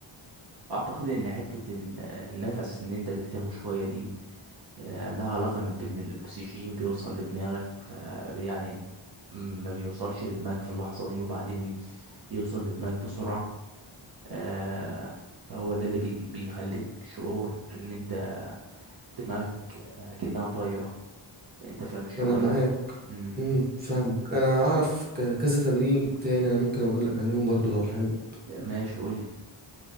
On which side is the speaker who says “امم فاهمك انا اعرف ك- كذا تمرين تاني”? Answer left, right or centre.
Right